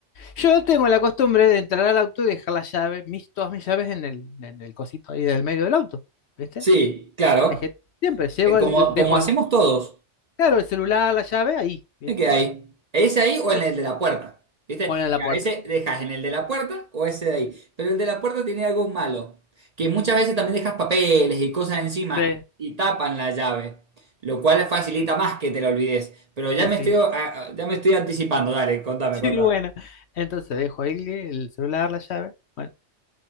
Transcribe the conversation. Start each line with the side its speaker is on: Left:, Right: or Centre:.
Left: Yo tengo la costumbre de entrar al auto y dejar las llaves, mis, todas mis llaves en el, en el cosito ahí del medio del auto, ¿viste?
Right: Sí, claro.
Left: Dejé, siempre llego,
Right: Eh, Como,
Left: al- dejo
Right: como hacemos
Left: el,
Right: todos.
Left: claro, el celular, la llave ahí, ¿viste?
Right: Me quedé
Left: Bueno,
Right: ahí. Ese ahí o en
Left: es,
Right: el de la puerta? ¿Viste?
Left: ponen la
Right: Que
Left: puerta.
Right: a veces dejas en el de la puerta o ese de ahí. Pero el de la puerta tiene algo malo. Que muchas veces también dejas papeles y cosas encima
Left: Sí,
Right: y tapan la llave. Lo cual facilita más que te la olvides. Pero ya
Left: sí,
Right: me
Left: sí.
Right: estoy, ah,
Left: <laughs>
Right: ah, ya me estoy anticipando. Dale, contame,
Left: Sí,
Right: contame.
Left: bueno. Entonces dejo ahí el celular, la llave. Bueno,